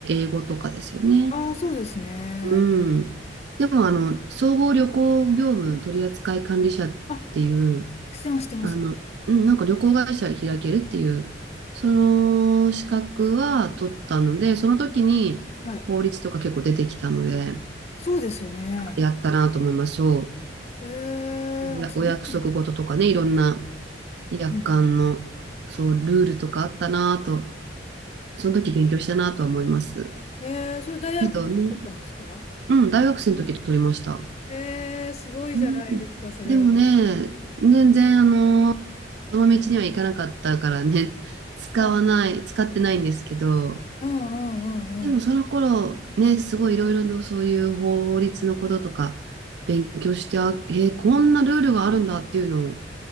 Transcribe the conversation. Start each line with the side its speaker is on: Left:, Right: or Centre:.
Right: 英語とかですよね。
Left: ああ、そうですね。
Right: うん。でも、あの、総合旅行業務取扱管理者っていう、
Left: あ、してます、してます。
Right: あの、うん、なんか旅行会社開けるっていう、その資格は取ったので、その時に法律とか結構出てきたので、
Left: はい。そうですよね。
Right: やったなと思います。そ
Left: へえ、
Right: う。おやお約束事とかね、
Left: あ、そう。
Right: いろんな約款の、
Left: うん
Right: そう、ルールとかあったなと、その時勉強したなとは思います。
Left: へえ、それ大学の時取ったんですか
Right: けどね、うん、大学生の時取りました。
Left: へえ、すごいじゃないですか、
Right: うん、
Left: それは。
Right: でもね、
Left: う
Right: 全然あの、その道には行かなかったからね、使わない、
Left: ん
Right: 使ってないんですけど、
Left: うんうんうんうん。
Right: でもその頃ね、すごいいろいろとそういう法律のこととか勉強して、あ、えーこんなルールがあるんだっていうのを、